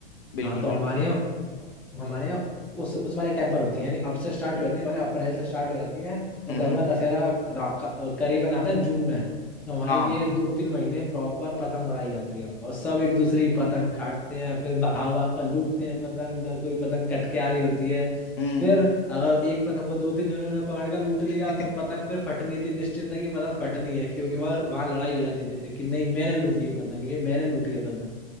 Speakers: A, on the left; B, in the centre.
A: बिल्कुल
B: हाँ तो
A: बिल्कुल
B: हमारे यहाँ हमारे यहाँ उस उस वाले टाइम पर होती है यानी अब से स्टार्ट हो जाती है हमारे यहाँ अप्रैल से स्टार्ट हो जाती है और
A: हम्म
B: गंगा दशहरा रा- क- करीबन आता है जून में तो हमारे
A: हाँ
B: ये दो तीन महीने प्रॉपर पतंग उड़ाई जाती है और सब एक दूसरे की पतंग काटते हैं फिर भाग भाग कर लूटते हैं पतंग जब कोई पतंग कट के आ रही होती है
A: हम्म
B: फिर अगर एक पतंग को दो तीन जनों ने पकड़ कर लूट लिया
A: <laughs>
B: तो पतंग फिर फटनी थी निश्चित है कि पतंग फटनी है क्योंकि वहां वहां लड़ाई हो जाती थी फिर कि नहीं मैंने लूटी है पतंग ये मैंने लूटी है पतंग